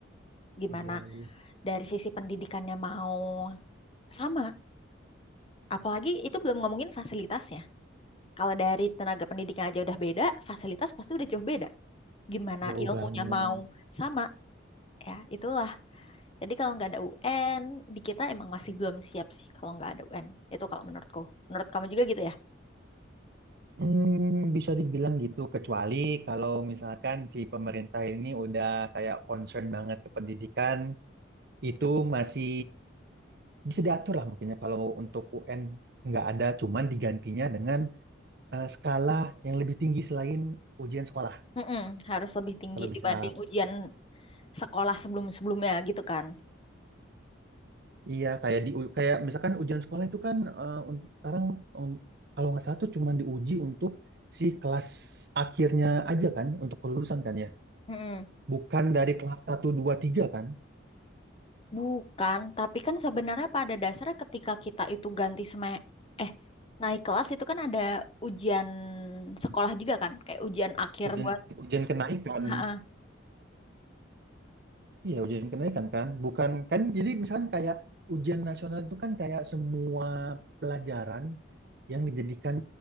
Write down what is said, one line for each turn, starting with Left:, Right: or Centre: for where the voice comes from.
Left: Gimana
Right: Iya, lagi
Left: dari sisi pendidikannya mau sama. Apalagi itu belum ngomongin fasilitasnya. Kalau dari tenaga pendidikan aja udah beda, fasilitas pasti udah jauh beda. Gimana
Right: jauh
Left: ilmunya
Right: banget.
Left: mau sama, ya itulah. Jadi kalau nggak ada UN, di kita emang masih belum siap sih kalau nggak ada UN. Itu kalau menurutku. Menurut kamu juga gitu ya?
Right: Hmm, bisa dibilang gitu, kecuali kalau misalkan si pemerintah ini udah kayak concern banget ke pendidikan, itu masih bisa diatur lah mungkinnya kalau untuk UN nggak ada, cuman digantinya dengan eh, skala yang lebih tinggi selain ujian sekolah.
Left: Mm-mm, harus lebih tinggi
Right: Kalau bisa,
Left: dibanding ujian sekolah sebelum-sebelumnya gitu kan.
Right: iya kayak di kayak misalkan ujian sekolah itu kan eh, untuk sekarang em, kalau nggak salah tuh cuman diuji untuk si kelas akhirnya aja kan, untuk kelulusan kan ya,
Left: Mm-mm.
Right: bukan dari kelas satu 2 3 kan.
Left: Bukan, tapi kan sebenarnya pada dasarnya ketika kita itu ganti seme eh naik kelas itu kan ada ujian sekolah juga kan, kayak ujian akhir
Right: Ujian
Left: buat
Right: ujian kenaikan.
Left: ha
Right: Iya, ujian kenaikan kan. Bukan kan jadi misalkan kayak ujian nasional itu kan kayak semua pelajaran yang dijadikan